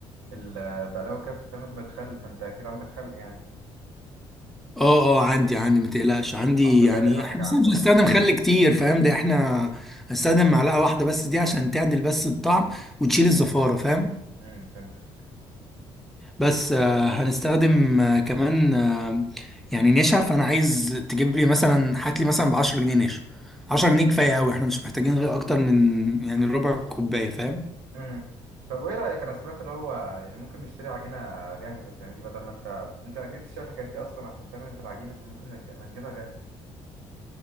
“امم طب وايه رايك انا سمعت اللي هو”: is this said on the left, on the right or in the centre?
Right